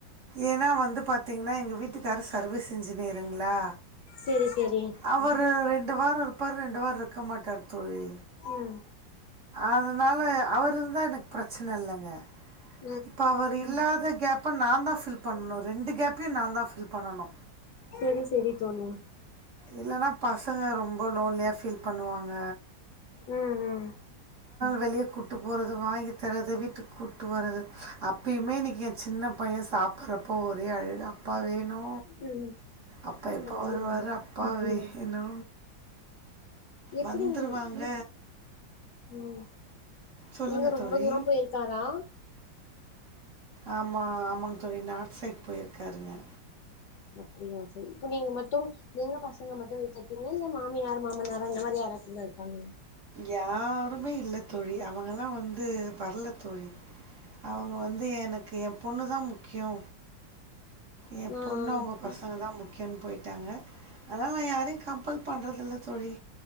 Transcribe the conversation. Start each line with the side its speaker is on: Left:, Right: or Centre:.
Right: ஏன்னா வந்து பாத்தீங்கன்னா எங்க வீட்டுக்கார சர்வீஸ் இன்ஜினியருங்களா
Left: செரி செரி
Right: அவரு ரெண்டு வார இருப்பாரு ரெண்டு வார இருக்க மாட்டாரு தோழி
Left: ம்
Right: அதனால அவரு இருந்தா எனக்கு பிரச்சனை இல்லைங்க
Left: ஆ
Right: இப்ப அவர் இல்லாத கேப்ப நாந்தா ஃபில் பண்ணனு ரெண்டு கேப்பையு நாந்தா ஃபில் பண்ணனு
Left: சரி சரி தோழி
Right: இல்லன்னா பசங்க ரொம்ப லோன்லியா ஃபீல் பண்ணுவாங்க
Left: ம் ம்
Right: வெளியே கூட்டு போறது வாங்கி தரது வீட்டுக்கு கூட்டு வரது அப்பயுமே இன்னைக்கு ஏ சின்ன பைய ய சாப்பறப்ப ஒரே அழுக் அப்பா வே ணு
Left: ம்
Right: அப்பா எப்ப
Left: அப்டியா
Right: வருவாரு அப்பா வேணு
Left: எப்டி
Right: வந்துருவாங்க
Left: ம்
Right: சொல்லுங்க
Left: இங்க ரொம்ப
Right: தோழி
Left: தூர போய்ருக்காரா
Right: ஆமா ஆமாங்க தோழி நார்த் சைட் போயிருக்காருங்க
Left: அப்படியா சரி இப்ப நீங்க மட்டு நீங்க பசங்க மட்டு வட்டீங்களா இல்ல மாமியார் மாமனார அந்த மாரி வர புல்லா இருக்காங்கா
Right: யாருமே இல்ல தோழி அவங்கல்லா வந்து வரல தோழி அவங்க வந்து எனக்கு எ பொண்ணுதா முக்கியோ ஏ
Left: ஆ
Right: பொண்ணு அவங்க பசங்கதா முக் முக்கியன் போயிட்டாங்க அதனால நா யாரையு கம்பல் பண்றது இல்ல தோழி